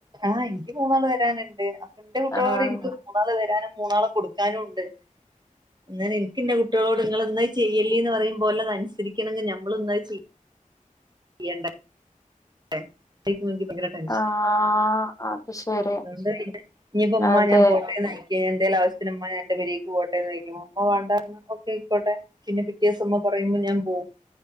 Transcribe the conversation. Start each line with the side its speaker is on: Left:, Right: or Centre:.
Right: ആഹ് എനിക്ക് മൂന്നാള് വരാനുണ്ട് അപ്പ എന്റെ കുട്ട്യോളോട്
Left: ആഹ്
Right: എനിക്ക് മൂന്നാള് വരാനും മൂന്നാള കൊടുക്കാനും ഉണ്ട്. ന്നാലും എനിക്ക് എന്റെ കുട്ട്യോളോട് ഇങ്ങള് എന്താ ഈ ചെയ് ഇല്ലീന്ന് പറയുമ്പോലെ അത് അനുസരിക്കണെന്ന് ഞമ്മള് ഉന്തായിച്ച് യ്യേണ്ട <unintelligible> ല്ലങ്കി പയ്ങ്കര ടെൻഷനാ
Left: ആഹ് അത് ശരി
Right: അതൊണ്ട് പിന്നെ ഇനിപ്പം ഉമ്മാ
Left: അതെ
Right: ഞാൻ പോട്ടേന്ന് പിന്നെ എന്തേലും ആശ്യത്തിന് ഉമ്മായെ ഞാനെൻ്റെ പെരേക്കു പോട്ടേന്ന് ചോയിക്കമ്പം പോവണ്ടാന്ന് ഓക്കെ ആയിക്കോട്ടെ പിന്നെ പിറ്റേ വ്സം ഉമ്മ പ പറയുമ്പ ഞാൻ പോകും